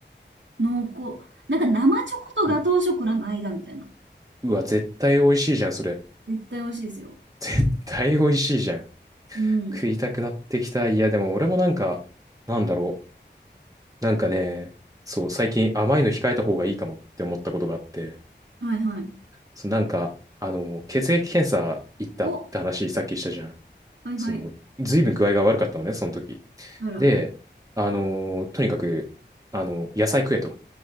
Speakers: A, on the right; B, on the right.
A: 濃厚。なんか生チョコとガトーショコラの間みたいな。
B: うん。うわ、絶対美味しいじゃん、それ。
A: 絶対美味しいですよ。
B: 絶対美味しいじゃん。
A: うん。
B: 食いたくなってきた。いや、でも俺もなんか、なんだろう。なんかね、そう、最近甘いの控えた方がいいかもって思ったことがあって、
A: はいはい。
B: そう、なんか、あの、血液検査行ったって話さっきしたじゃん。
A: お、はいはい。
B: その、ずいぶん具合が悪かったのね、その時。
A: あら。
B: で、あのーとにかく、あの野菜食えと。